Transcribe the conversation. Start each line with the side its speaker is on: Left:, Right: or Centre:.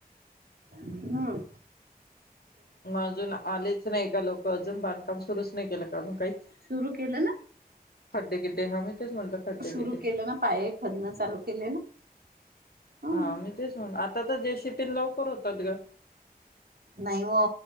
Right: हम्म
Left: म अजून आलेच नाही का, लोक. म अजून बांधकाम सुरूच नाही केलं का? अजून काही.
Right: सुरू केलं ना?
Left: खड्डे गिड्डे <unintelligible> खड्डे
Right: सुरू
Left: गिड्डे
Right: केलं ना, पाय खदनं चालू केले ना? ह
Left: हा मी तेच, म्हण आ आता जेसीबी लवकर होतात गं.
Right: नाही हो,